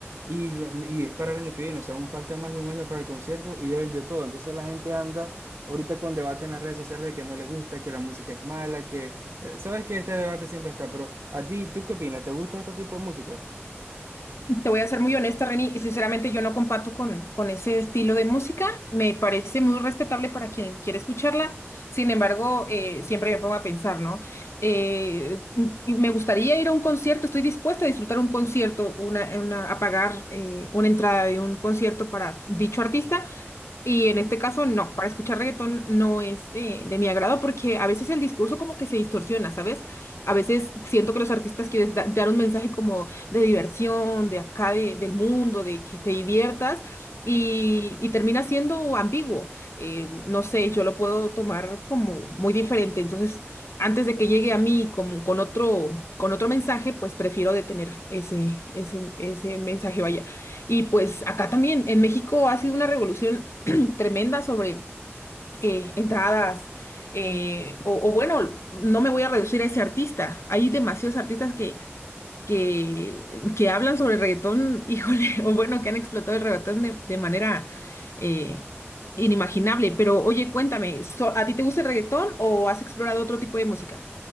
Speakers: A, on the right; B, on the left.
A: Y, no- y es para el año que viene, o sea, aún falta más de un año para el concierto y ya vendió todo. Entonces la gente anda ahorita con debate en las redes sociales de que no le gusta, que la música es mala, que... eh, Sabes que este debate siempre está, pero a ti, ¿tú qué opinas? ¿Te gusta este tipo de música?
B: Te voy a ser muy honesta, Reni. Sinceramente, yo no comparto con, con ese estilo de música. Me parece muy respetable para quien quiere escucharla. Sin embargo, eh, siempre me pongo a pensar, ¿no? Eh, m- me gustaría ir a un concierto. Estoy dispuesta a disfrutar un concierto, una, una- a pagar eh, una entrada de un concierto para dicho artista. Y en este caso, no, para escuchar reggaetón no es de, de mi agrado porque a veces el discurso como que se distorsiona, ¿sabes? A veces siento que los artistas quieren da- dar un mensaje como de diversión, de acá de- del mundo, de que te diviertas y, y termina siendo ambiguo. Eh, no sé, yo lo puedo tomar como muy diferente. Entonces, antes de que llegue a mí como con otro, con otro mensaje, pues prefiero detener ese, ese, ese mensaje, vaya. Y pues acá también, en México ha sido una revolución tremenda sobre eh, entradas, eh, o, o bueno, no me voy a reducir a ese artista. Hay demasiados artistas que, que, que hablan sobre el reggaetón, <laughs> híjole, o bueno, que han explotado el reggaetón de, de manera eh, inimaginable. Pero oye, cuéntame, ¿so- ¿a ti te gusta el reggaetón o has explorado otro tipo de música?